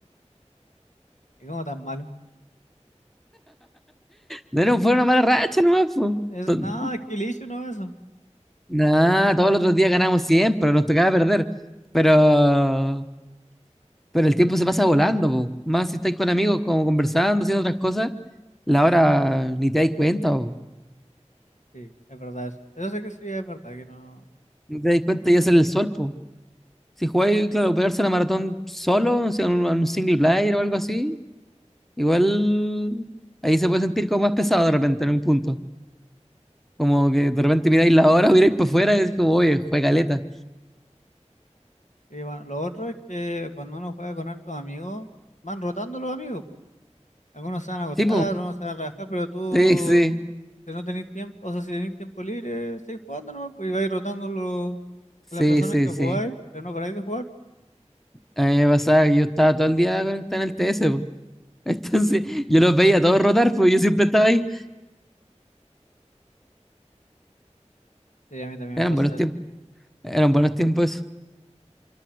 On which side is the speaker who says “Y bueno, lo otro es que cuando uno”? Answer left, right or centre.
Left